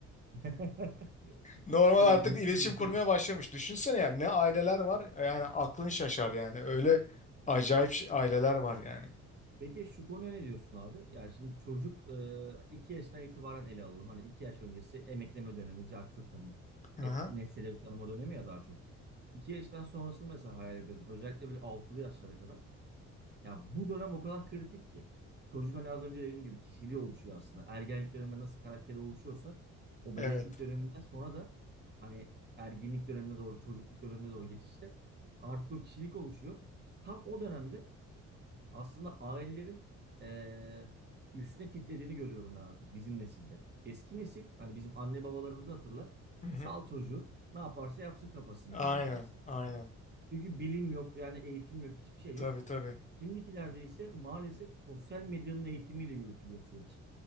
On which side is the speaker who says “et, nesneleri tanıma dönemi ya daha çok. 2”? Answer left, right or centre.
Right